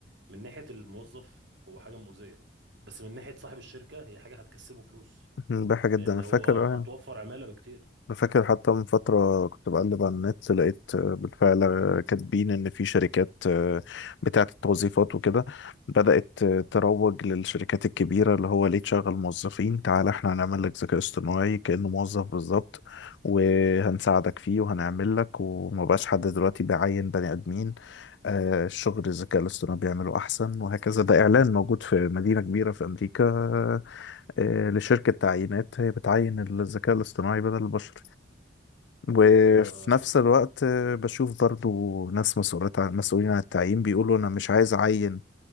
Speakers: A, on the right (about 80°); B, on the left (about 75°).
A: من ناحيه الموظف هو حاجه مؤذيه بس من ناحيه صاحب الشركه هي حاجه هتكسبه فلوس
B: امم بحاجة
A: لان
B: جدا انا
A: هو
B: فاكر
A: هتوفر
B: آه،
A: عماله بكتير
B: أنا فاكر حتى من فترة كنت بقلب على النت لقيت آه، بالفعل آه، كاتبين إن في شركات آه، بتاعة التوظيفات وكده بدأت آه، تروج للشركات الكبيرة اللي هو ليه تشغل موظفين تعال إحنا هنعمل لك ذكاء اصطناعي كأنه موظف بالظبط وهنساعدك فيه وهنعمل لك وما بقاش حد دلوقتي بيعين بني آدمين آه، الشغل الذكاء الاصطناعي بيعمله أحسن وهكذا ده إعلان موجود في مدينة كبيرة في أمريكا آه، لشركة تعيينات هي بتعين الذكاء الاصطناعي بدل البشر وفي
A: أم...
B: نفس الوقت آه، بشوف برضو ناس مسؤولات عن مسؤولين عن التعيين بيقولوا انا مش عايز اعين